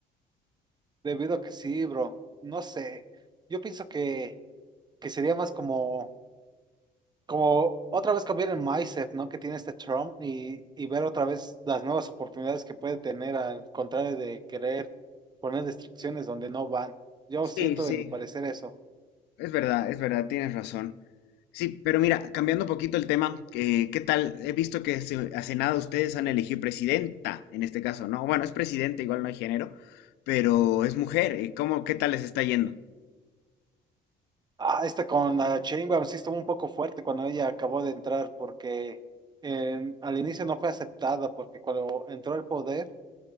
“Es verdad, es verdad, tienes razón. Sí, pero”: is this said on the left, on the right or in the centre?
Left